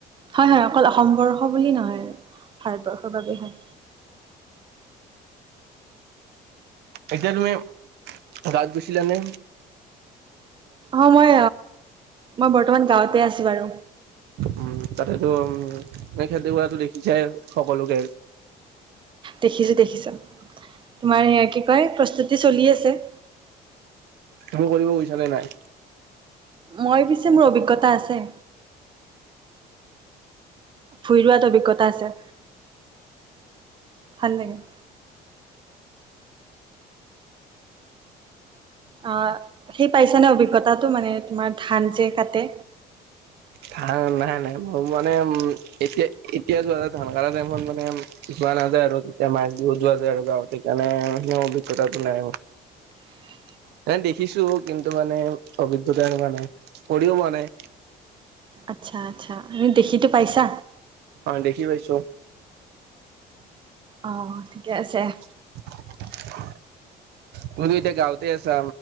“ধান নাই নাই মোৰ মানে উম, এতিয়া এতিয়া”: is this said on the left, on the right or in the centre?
Right